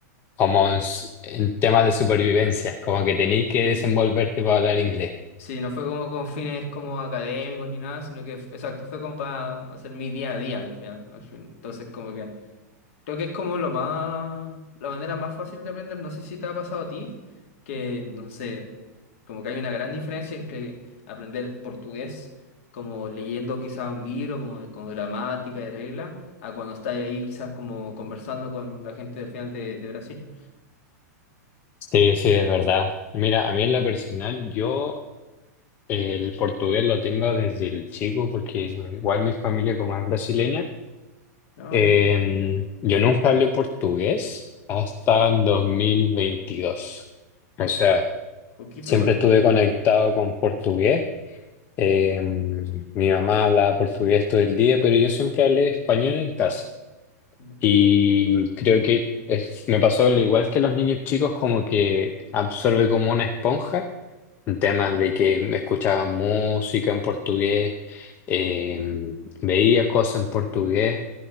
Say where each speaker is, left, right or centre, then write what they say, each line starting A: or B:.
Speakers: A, on the left (about 20°); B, on the left (about 50°).
A: como en, s- en temas de supervivencia, como que tenéis que
B: sí.
A: desenvolverte para hablar inglés.
B: Sí, no fue como con fines como académicos ni nada, sino que, f- exacto, fue como para hacer mi día a día al final, al fin. Entonces como que... Creo que es como lo más, la manera más fácil de aprender. No sé si te ha pasado a ti, que no sé, como que hay una gran diferencia entre aprender portugués, como leyendo quizás un libro, como de- con gramática y reglas, a cuando estás ahí quizás como conversando con la gente del final de, de Brasil.
A: Sí, sí, es verdad. Mira, a mí en la personal, yo eh, el portugués lo tengo desde el chico, porque igual mi familia como es brasileña,
B: No,
A: Em,
B: ya,
A: yo nunca hablé portugués hasta 2022. O sea,
B: poquito
A: siempre
B: igual.
A: estuve conectado con portugués. Em, mi mamá hablaba portugués todo el día, pero yo siempre hablé español en casa.
B: <laughs>
A: Y creo que es- me pasó al igual que los niños chicos, como que absorbe como una esponja. En temas de que me escuchaba música en portugués, em, veía cosas en portugués.